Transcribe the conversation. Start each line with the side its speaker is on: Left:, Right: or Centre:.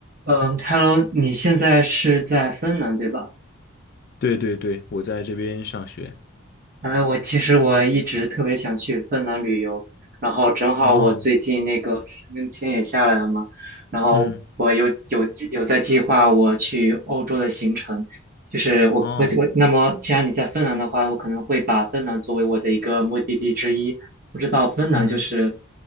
Right: 嗯，Hello，你现在是在芬兰对吧？
Left: 对对对，我在这边上学。
Right: 哎，我其实我一直特别想去芬兰旅游，然后正好我最近那个申根签也下来了嘛，
Left: 哦，
Right: 然后我有有计有在计划我去欧洲的行程，
Left: 嗯，
Right: 就是我我我，
Left: 哦，
Right: 那么既然你在芬兰的话，我可能会把芬兰作为我的一个目的地之一。不知道芬兰就是，
Left: 嗯，